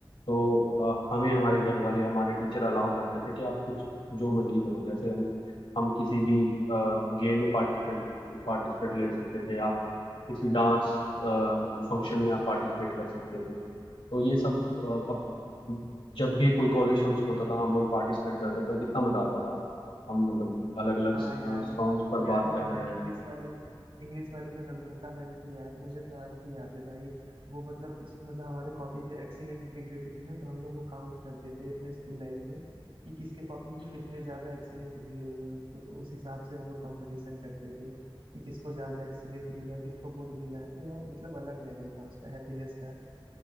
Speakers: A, on the left; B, on the right.
A: तो अ, हमें हमारे घर वाले हमारे टीचर अलाउ करते थे कि आप कुछ जो मर्जी करो जैसे हम हम किसी भी गेम में पार्टिसिपेंट पार्टिसिपेट ले सकते थे आप किसी डांस फंक्शन में आप पार्टिसिपेट कर सकते थे तो ये सब अ, अब जब भी कोई कॉलेज फंक्शन होता था हम लोग पार्टिसिपेट करते थे तो कितना मजा आता था हम मतलब अलग अलग
B: हाँ यार
A: सॉन्ग्स पर
B: याद
A: बात
B: है
A: कर
B: वो
A: रहे
B: इंग्लिश
A: हैं
B: वाली इंग्लिश वाली जो नम्रता मैम थी यार मुझे तो आज भी याद है भाई वो मतलब इस मतलब हमारे कॉपी पे एक्सीलेंट लिख देती थी ना तो हम लोग वो काउंट करते थे अपने स्कूल लाइफ में कि किसके कॉपी में कितने ज्यादा एक्सीलेंट मिले हुए हैं उसको तो उस हिसाब से हम लोग कंपटीशन करते थे कि किसको ज्यादा एक्सीलेंट मिला है किसको गुड मिला है तो यार मतलब अलग लेवल था उसका हैप्पीनेस का